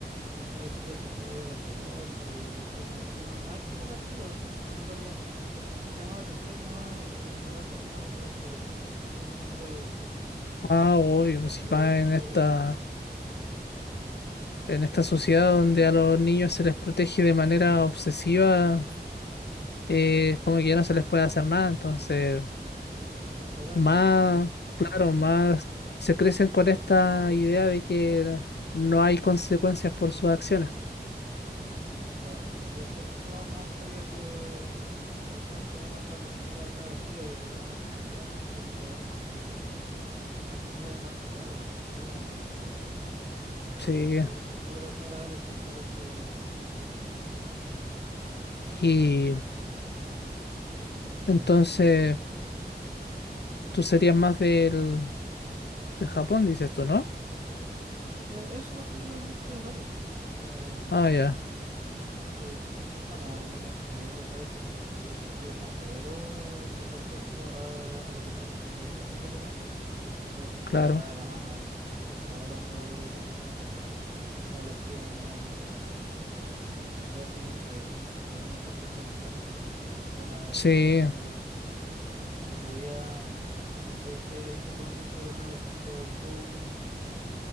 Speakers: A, on the right; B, on the left.
A: los caros chicos son súper irrespetuosos y cuestiones así, no, no hay como castigo así, en en realidad. Es como un llamado de atención nomás y no cambian nada, los caros chicos se siguen portando como el hoyo, entonces...
B: Ah, obvio, si
A: Debería
B: va
A: haber
B: en
A: un poquito
B: esta...
A: más de,
B: En esta sociedad donde a los niños se les protege de manera obsesiva, eh, como que ya no se les puede hacer nada. Entonces,
A: de Intocable,
B: más,
A: pues,
B: claro, más se crecen con esta idea de que no hay consecuencias por sus acciones.
A: claro. Entonces, ese- eso me gustaría que, que fuera un poco más la cultura acá, así, o que por lo menos cambiara un poco el paradigma, para que no, no, fue- no hubieran tanto cabros mal, chicos malcriados.
B: Sí.
A: Eso, eso es súper desagradable, esos cabros chicos, la verdad. Como
B: Y
A: los que- <clears throat>
B: entonces, tú serías más del, de Japón, dices tú, ¿no?
A: Eh, eso particularmente de Japón. Em,
B: Ah, ya,
A: sí, bueno, yo me imagino que hay otros países que tienen castigos más severos con respecto a, a los diferentes crímenes que se cometen Porque yo siento
B: claro.
A: que acá la mano es demasiado blanda para los, para los crímenes que se hacen en el país. Es una sentencia muy baja. Por ejemplo, la,
B: Sí.
A: la persona que el otro día, no sé si que viste esa noticia de una persona que volcó un,